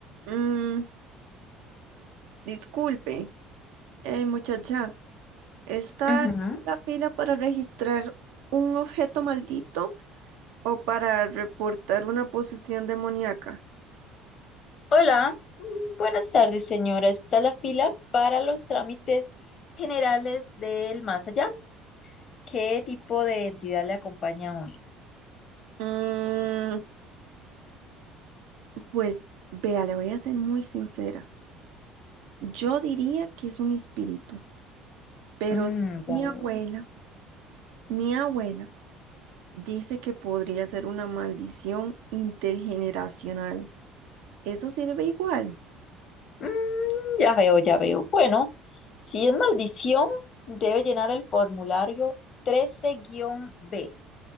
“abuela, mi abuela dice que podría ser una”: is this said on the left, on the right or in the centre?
Right